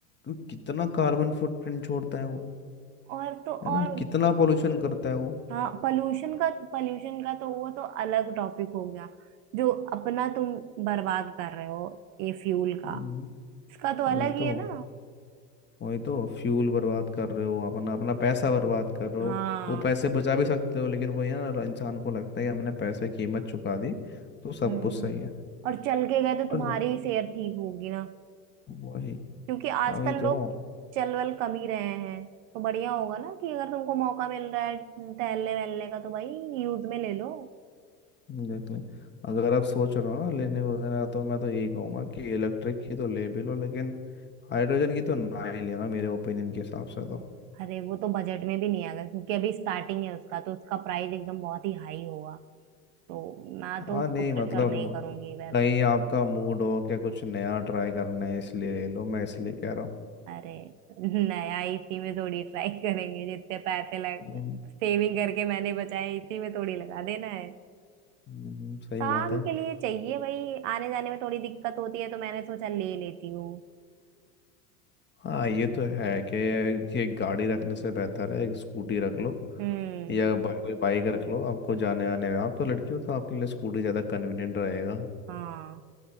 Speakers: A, on the left; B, on the right.
A: कि- कितना कार्बन फुटप्रिंट छोड़ता है वो
B: और तो
A: है
B: और
A: ना कितना पोल्यूशन करता है वो
B: हाँ पॉल्यूशन का पॉल्यूशन का तो वो तो अलग टॉपिक हो गया जो अपना तुम बर्बाद कर रहे हो ये फ्यूल का
A: हम्म,
B: इसका तो
A: वही
B: अलग ही
A: तो
B: है ना
A: वही तो फ्यूल बर्बाद कर रहे हो अपना अपना पैसा बर्बाद कर रहे
B: हाँ
A: हो वो पैसे बचा भी सकते हो लेकिन वो ये ना इंसान को लगता है कि हमने पैसे की कीमत चुका दी तो सब
B: हम्म
A: कुछ सही है
B: और चल के गए तो तुम्हारी
A: और जो-
B: सेहत ठीक होगी ना
A: वही
B: क्योंकि आजकल
A: वही तो
B: लोग चल वल कम ही रहे हैं तो बढ़िया होगा ना कि अगर तुमको मौका मिल रहा है टहलने वहलने का तो भाई यूज में ले लो
A: देख लें अगर आप सोच रहे हो ना लेने वगैरह तो मैं तो यही कहूँगा कि इलेक्ट्रिक की तो ले भी लो लेकिन हाइड्रोजन की तो ना ही लेना मेरे ओपिनियन के हिसाब से तो
B: अरे वो तो बजट में भी नहीं आएगा क्योंकि अभी स्टार्टिंग है उसका तो उसका प्राइस एकदम बहुत ही हाई होगा तो मैं तो
A: हाँ
B: उसको
A: नहीं
B: प्रेफर
A: मतलब
B: नहीं
A: म-
B: करूंगी वैसे
A: कहीं आपका मूड हो क्या कुछ नया ट्राई करना है इसलिए ले लो मैं इसलिए कह रहा हूँ
B: अरे नया इसी में थोड़ी ट्राई करेंगे जितने पैसे लग
A: हम्म,
B: सेविंग करके मैंने बचाए इसी में थोड़ी लगा देना है
A: हम्म, सही
B: काम
A: बात है
B: के लिए चाहिए भाई आने जाने में थोड़ी दिक्कत होती है तो मैंने सोचा ले लेती हूँ
A: हाँ ये तो है कि कि एक गाड़ी रखने से बेहतर है एक स्कूटी रख लो
B: हम्म
A: या बा- कोई बाइक रख लो आपको जाने आने में आप तो लड़की हो तो आपके लिए स्कूटी ज़्यादा कन्वीनियंट रहेगा
B: हाँ